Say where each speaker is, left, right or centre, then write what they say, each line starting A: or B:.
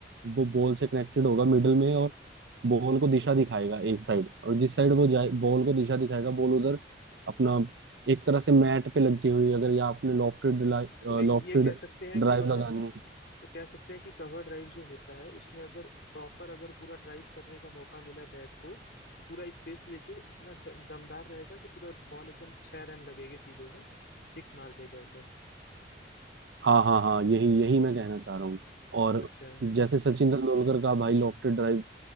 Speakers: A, on the right (about 75°); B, on the left (about 65°).
A: वो बॉल से कनेक्टेड होगा मिडल में और बॉल को दिशा दिखाएगा एक साइड और जिस साइड वो जाए बॉल को दिशा दिखाएगा बॉल उधर अपना एक तरह से मैट पे लगती हुई अगर या आपने लॉफ्टेड लॉफ्टेड
B: तो ये ये कह सकते हैं
A: ड्राइव
B: कि मतलब
A: लगानी है
B: तो कह सकते हैं कि कवर ड्राइव जो होता है उसमें अगर प्रॉपर अगर पूरा ड्राइव करने का मौका मिला बैट को तो पूरा स्पेस लेके वो इतना ज- दमदार रहेगा कि पूरा बॉल एकदम छह रन लगेगी सीधे ना सिक्स मार देगा एकदम
A: हाँ हाँ हाँ यही यही मैं कहना चाह रहा हूँ और
B: अच्छा
A: जैसे सचिन तेंदुलकर का भाई लॉफ्टेड ड्राइव